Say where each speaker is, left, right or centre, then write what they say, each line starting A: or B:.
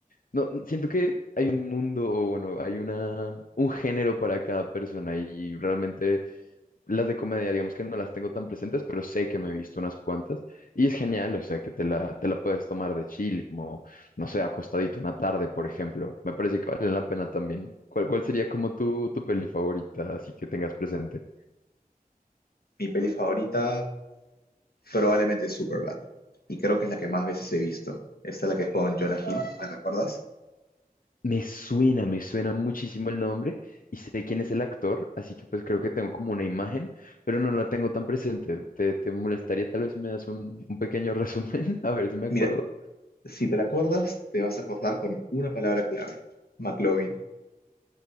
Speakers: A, on the left; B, on the left.
A: No, n- siento que hay un mundo, o bueno, hay una, un género para cada persona y realmente las de comedia, digamos que no las tengo tan presentes, pero sé que me he visto unas cuantas y es genial, o sea, que te la, te la puedes tomar de chill, como, no sé, acostadito una tarde, por ejemplo. Me parece que vale la pena también. ¿Cuál, cuál sería como tu, tu peli favorita, así que tengas presente?
B: Mi peli favorita probablemente es Superbad. Y creo que es la que más veces he visto. Esta es la que es con Jonah Hill, ¿la recuerdas?
A: Me suena, me suena muchísimo el nombre y sé quién es el actor, así que pues creo que tengo como una imagen, pero no la tengo tan presente. ¿Te, te molestaría tal vez si me das un, un pequeño <laughs> resumen? A ver si me acuerdo.
B: Mira, si te la acuerdas, te vas a acordar con una palabra clave, McLovin.